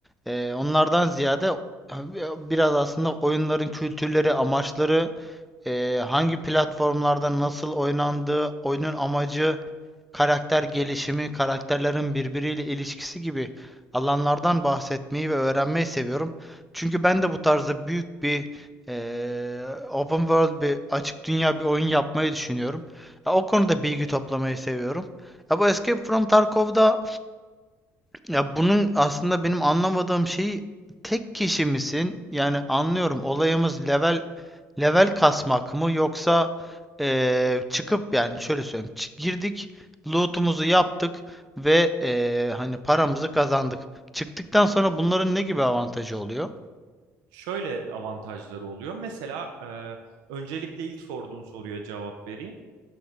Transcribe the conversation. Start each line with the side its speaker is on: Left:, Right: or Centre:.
Centre: e, onlardan ziyade biraz aslında oyunların kültürleri, amaçları, e, hangi platformlarda nasıl oynandığı, oyunun amacı, karakter gelişimi, karakterlerin birbiriyle ilişkisi gibi alanlardan bahsetmeyi ve öğrenmeyi seviyorum. Çünkü ben de bu tarzda büyük bir eee, open world bir açık dünya bir oyun yapmayı düşünüyorum. Ya, o konuda bilgi toplamayı seviyorum. Ya bu Escape from Tarkov'da ya bunun aslında benim anlamadığım şeyi tek kişi misin? Yani anlıyorum olayımız level Level kasmak mı yoksa eee, çıkıp yani şöyle söyleyeyim çı- girdik loot'umuzu yaptık ve eee, hani paramızı kazandık. Çıktıktan sonra bunların ne gibi avantajı oluyor?
Right: Şöyle avantajları oluyor. Mesela e, öncelikle ilk sorduğun soruya cevap vereyim.